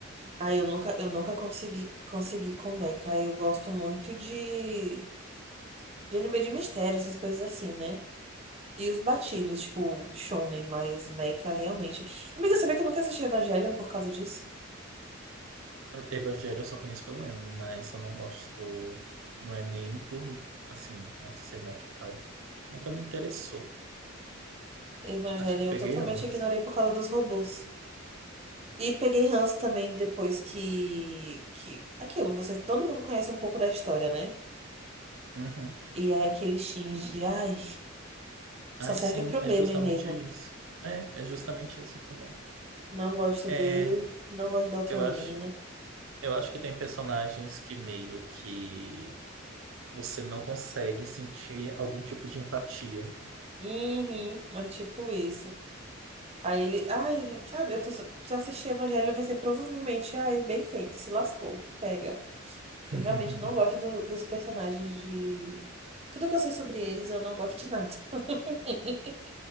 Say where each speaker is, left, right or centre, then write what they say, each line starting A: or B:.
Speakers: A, on the right; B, on the right.
A: Ah, eu nunca, eu nunca consegui, consegui com Mecha. Eu gosto muito de, de anime de mistério, essas coisas assim, né? E os batidos, tipo, shonen, mas Mecha realmente. Amiga, sabia que eu nunca assisti Evangelion por causa disso?
B: <laughs> Evangelho eu só conheço pelo meme, mas eu não gosto. Não é nem por, assim, né, ser Mac e tal. Nunca me interessou.
A: Evangelion
B: Acho que peguei
A: eu totalmente
B: uns.
A: ignorei por causa dos robôs. E peguei ranço também depois que, que... Aquilo, você, todo mundo conhece um pouco da história, né?
B: Uhum.
A: E aí aquele Shinji, ai,
B: Aí
A: só serve
B: sim,
A: pro
B: é
A: meme
B: justamente
A: mesmo.
B: isso. É, é justamente isso também.
A: Não gosto
B: É,
A: dele, não gosto da outra
B: eu
A: menina.
B: acho, eu acho que tem personagens que meio que você não consegue sentir algum tipo de empatia.
A: Uhum, é tipo isso. Aí ele, ai, sabe, eu tô, se eu assistir Evangelho, vai ser provavelmente, ai, bem feito, se lascou, pega. Eu
B: <laughs>
A: realmente não gosto do- dos personagens de... Tudo que eu sei sobre eles, eu não gosto de nada. <laughs>